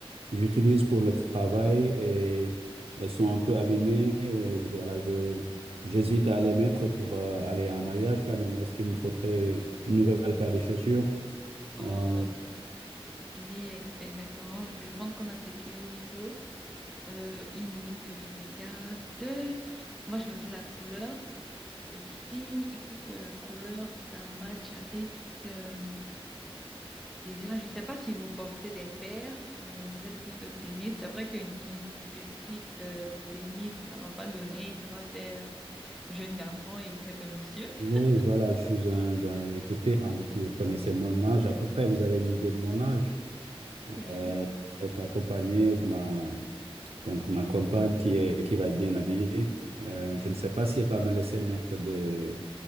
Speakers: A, on the right; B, in the centre.
A: j'utilise pour le travail et elles sont un peu abîmées. Euh, je, voilà, je, j'hésite à les mettre pour euh, aller en mariage quand même. Est-ce qu'il me faudrait une nouvelle paire de chaussures?
B: Oh,
A: Euh,
B: oui, e- exactement. Je pense qu'on a ce qu'il vous faut. Euh, une minute que je regarde. On va choisir la couleur aussi. Il faut que la couleur, ça matche avec... euh, Déjà, je ne sais pas si vous portez des paires ou vous êtes plutôt tennis. C'est vrai qu'une une petite euh, tennis, ça va pas donner, ça va faire jeune garçon et vous êtes un monsieur. <laughs>
A: oui, voilà, je suis un, ben, écoutez, hein, vous vous connaissez mon âge à peu près, vous avez une idée de mon âge.
B: Oui.
A: Euh, je vais être accompagné de ma, Donc, ma compagne qui est, qui va être bien habillée, euh, je ne sais pas si elle va me laisser mettre des,